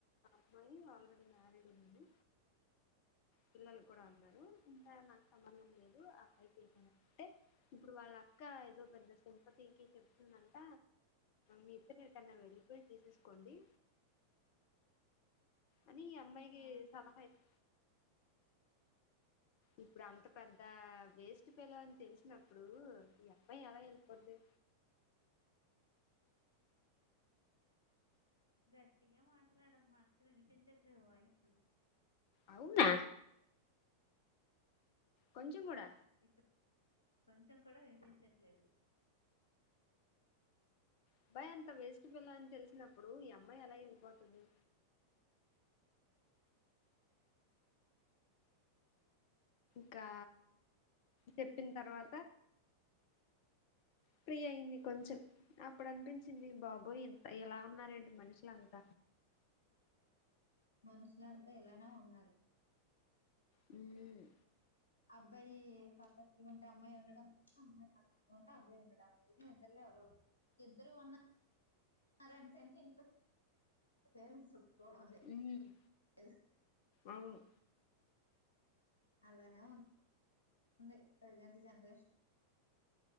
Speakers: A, on the left; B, on the left.
A: అమ్మాయి ఆల్రెడీ మ్యారీడ్ ఉన్నాను పిల్లలు కూడా ఉన్నారు ఇంకా నాకు సంబంధం లేదు ఆబ్ పయికింటే ఇప్పుడు వాళ్ళ అక్క ఏదో పెద్ద సపతికి చెప్తుందంట మీ ఇద్దరు ఎక్కడన్నా వెళ్ళిపోయి తీసేసుకోండి అని ఈ అమ్మాయికి
B: ఆ
A: సలహా ఇత్ ఇప్పుడు అంత పెద్ద వేస్ట్ ఫెల్లో అని తెలిసినప్పుడు ఈ అబ్బాయి ఎలా వెళ్ళిపోద్ది
B: గట్టిగా మాట్లాడమ్మా అసలు వినిపించట్లేదు వాయిస్
A: అవునా కొంచం కూడా
B: ఇప్పు కొంచం కూడా విని పించట్లేదు
A: అబ్బాయ్ అంత వేస్ట్ ఫెల్లో అని తెలిసినప్పుడు ఈ అమ్మాయి ఎలా వెళ్ళిపోతది ఇంకా చెప్పిన తర్వా ఫ్రీ అయింది కొంచెం ఇప్పుడు అనిపించింది బాబోయ్ ఇంత ఇలా ఉన్నారెంటి మనుషులంత
B: మనుషులంతా ఇలానే ఉండాలి.
A: హ్మ్
B: అబ్బాయి పెర్ఫెక్ట్గా ఉంటే అమ్మాయి ఉండడం లేదు. అమ్మాయి పెర్ఫెక్ట్గా ఉంటె అబ్బాయి ఉండడం లేదు. ఇద్దరు ఎవరోఒకరు, ఇద్దరు ఉన్నారునింటే ఇంట్లో పేరెంట్స్ ఒప్ పొందే
A: హ్మ్.
B: <unintelligible>
A: అవును.
B: అలానే ఉంది. ప్రజెంట్ జనరేషన్